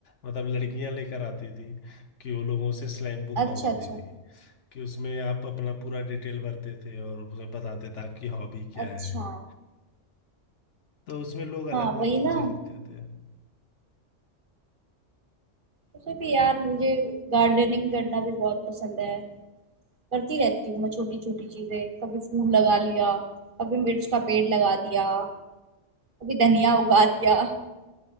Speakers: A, on the left; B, on the right.
A: मतलब लड़कियां लेकर आती थी कि वो लोगों से स्लैम बुक
B: अच्छा
A: भरवाती
B: अच्छा
A: थी कि उसमें आप अपना पूरा डिटेल भरते थे और उसे बताते थे आपकी हॉबी क्या
B: अच्छा
A: है तो उसमें लोग
B: हाँ
A: अलग अलग
B: वही
A: चीजें
B: ना
A: लिखते थे
B: मुझे भी यार मुझे गार्डनिंग करना भी बहुत पसंद है करती रहती हूँ मैं छोटी छोटी चीजें कभी फूल लगा लिया कभी मिर्च का पेड़ लगा दिया कभी धनिया उगा दिया